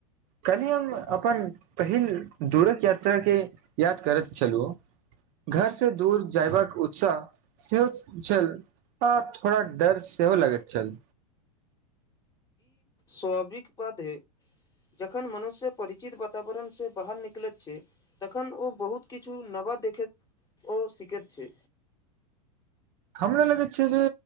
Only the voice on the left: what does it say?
स्वाविक बधे जखन मनुष्य परिचित वातावरण से बाहर निकलैत छै तखन ओ बहुत किछु नवद देखैत ओ सीखैत छै